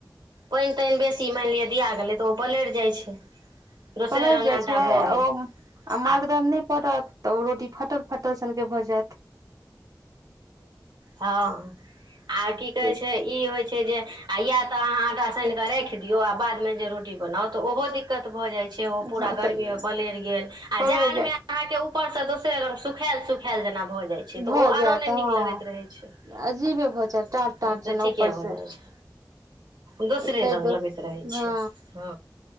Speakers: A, on the right; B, on the right.
A: पानि तानि बेसी माइन लिअ दिया गेलै तऽ ओ पलरि जाइ छै दोसरे
B: पलड़
A: रङ्ग
B: जाइ
A: आटा
B: छै
A: भऽ गेल
B: ओ
A: आ
B: मरदन नइ पड़त तऽ ओ रोटी फटल फटल सनके भऽ जैत
A: हँ आ की कहै
B: तऽ
A: छै ई होइ छै जे आ या त अहाँ आटा साइन क राइख दियऔ आ बाद मे जे रोटी बनाउ तऽ ओहो दिक्कत भए जाय छै से ओ पुरा
B: हँ
A: गर्मी
B: तऽ
A: मे पलइर गेल
B: पलटि
A: आ जार
B: जायत
A: मे आहा के उ ऊपर से दोसरे रंग सुखायल सुखायल जेना भऽ जाय छै ते ओ
B: भऽ
A: आरो
B: जायत
A: ने
B: हँ
A: नीक लगैत रहे छै से
B: अजीबे भऽ जायत टाट टाट जेना
A: ठीके
B: ऊपर
A: भऽ
B: से
A: जाइ छै दोसरे
B: ताहि
A: रंग
B: दुआरे
A: लगैत रहै छै
B: हँ
A: ह आ